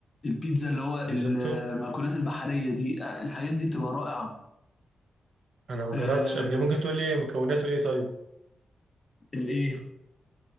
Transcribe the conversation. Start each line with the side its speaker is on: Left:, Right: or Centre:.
Left: البيتزا اللي هو المأكولات
Right: ريزوتو
Left: البحريه دي آه، الحاجات دي بتبقى رائعه
Right: انا ما
Left: آه،
Right: جربتش قبل كده ممكن تقول لي مكوناته ايه طيب
Left: الايه